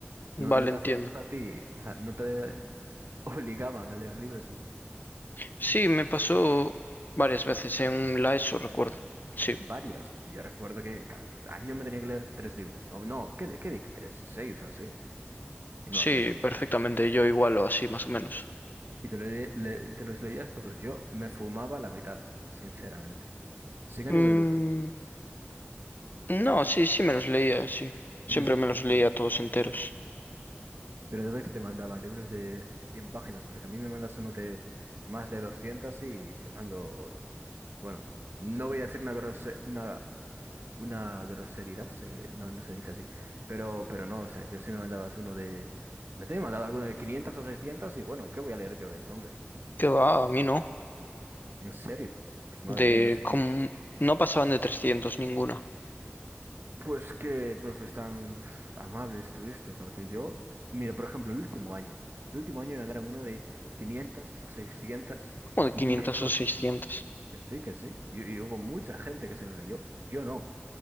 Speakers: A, on the left; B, on the right.
A: Vale,
B: No, no te
A: entiendo.
B: hacían eso a ti, o sea, no te <laughs> obligaban a leer libros a ti.
A: Sí, me pasó varias veces en la ESO, recuerdo. Sí,
B: Varias. Yo recuerdo que cada año me tenía que leer tres libros. O no, ¿qué, qué di? Tres, seis o así. Y no
A: sí,
B: lo hacía todo.
A: perfectamente. Yo igual o así, más o menos.
B: Y te, lo le- le- te los leías todos. Yo me fumaba la mitad, sinceramente. Sin ánimo
A: Mm,
B: de lucro.
A: no, sí, sí me los leía, sí. Siempre
B: <laughs>
A: me los leía todos enteros.
B: Pero entonces que te mandaban libros de 100 páginas, porque a mí me mandas uno de más de 200 y te mando, bueno, no voy a decir una grose- una, una groseridad, se- no, no se dice así, pero, pero no, o sea, yo si me mandabas uno de, me te he mandado alguno de 500 o 600 y bueno, ¿qué voy a leer yo de eso, hombre?
A: Qué va, a mí no.
B: En serio, pues madre
A: De
B: mía, no sé
A: como
B: qué
A: no pasaban de 300 ninguna,
B: Pues qué profes tan amables tuviste, porque yo, mira, por ejemplo, el último año, el último año me mandaron uno de 500 o 600
A: como de quinientos
B: y ni de coña.
A: o seiscientos.
B: Que sí, que sí. Y, y hubo mucha gente que se lo leyó. Yo no,